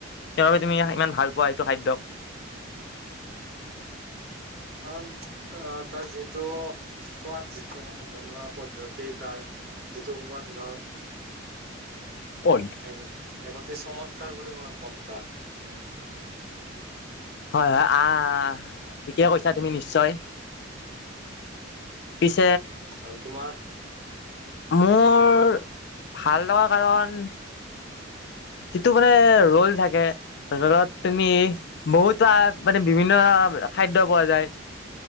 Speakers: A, on the left; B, on the right.
A: কিহৰ বাবে তুমি ইমান ভাল পোৱা সেইটো খাদ্যক?
B: কাৰণ, আ তাৰ যিটো সোৱাদ, যিটো মানে বনোৱা পদ্ধতি তাৰ যিটো সুগন্ধ
A: পদ
B: এক এক অতি চমৎকাৰ বুলি মই কম তাক
A: হয় হয় আহ, ঠিকে কৈছা তুমি নিশ্চয় পিছ
B: আৰু তোমাৰ,
A: মোৰ
B: হয় কোৱা
A: ভাল লগা কাৰণ যিটো মানে ৰোল থাকে, ৰোলত তুমি বহুত বাৰ, মানে বিভিন্ন খাদ্য পোৱা যায়।